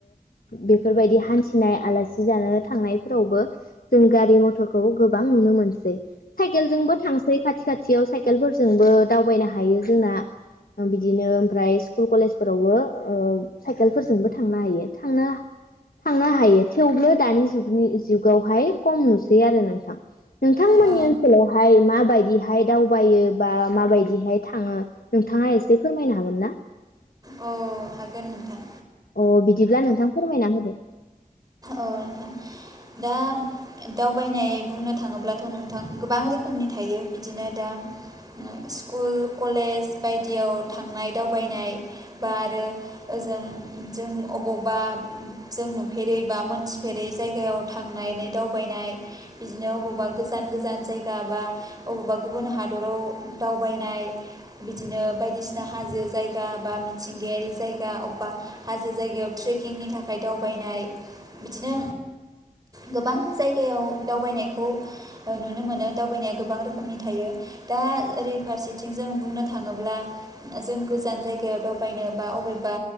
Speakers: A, on the left; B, on the right.
A: बेफोरबायदि हान्थिनाय आलासि जानो थांनायफोरावबो जों गारि मथरखौ गोबां नुनो मोनसै। साइकेलजोंबो थां खाथि खाथियाव साइकेलफोरजोंबो दावबायनो हायो जोंना बिदिनो ओमफ्राय स्कुल कलेजफोरावबो साइकेलफोरजोंबो थांनो हायो थांनो थांनो हायो थेवबो दानि जुगनि जुगावहाय खम नुसै आरो नोंथां। नोंथांमोननि
B: औ
A: ओनसोलावहाय मा माबायदिहाय दावबायो बा माबायदिहाय थाङो नोंथाङा एसे फोरमायनो हागोन ना?
B: अ हागोन नोंथां।
A: अ बिदिब्ला नोंथां फोरमायना होदो।
B: औ नोंथां दा दावबायनाय बुंनो थाङोब्लाथ' नोंथां गोबां रोखोमनि थायो बिदिनो दा स्कुल कलेज बायदियाव थांनाय दावबायनाय बा आरो ओजों जों अबावबा जों नुफेरै बा मोनथिफेरै जायगायाव थांनानै दावबायनाय बिदिनो अबावबा गोजान गोजान जायगा बा अबावबा गुबुन हादराव दावबायनाय बिदिनो बायदि बायदिसिना हाजो जायगा बा मिंथिंगायारि जयगा अबा हाजो जायगायाव ट्रेकिंनि थाखाय दावनाय बिदिनो गोबां जायगायाव दावबायनायखौ नुनो मोनो दावबायनाया गोबां रोखोमनि थायो दा ओरै फारसेथिं जों बुंनो थाङोब्ला जों गोजान जाय दावबायनोबा अबेबा